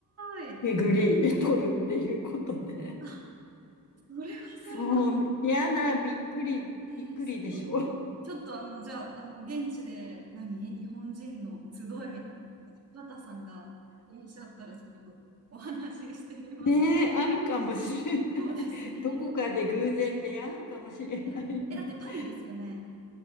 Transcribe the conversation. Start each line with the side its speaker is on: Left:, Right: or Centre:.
Right: ーい。
Left: デグリー取るっていうことで。
Right: あ、それはそれは。
Left: そう、やだ、びっくり、
Right: えー、
Left: びっくりでしょ。
Right: すごい。ちょっとあの、じゃあ、あの、現地で何、日本人の集いみたいな、柴田さんがいらっしゃったら、ちょっとお話ししてみます。
Left: ねえ、あるかもしれない。
Right: そうですね。
Left: どこかで偶然出会うかもしれないね。
Right: <laughs> え、えだってパリですよね。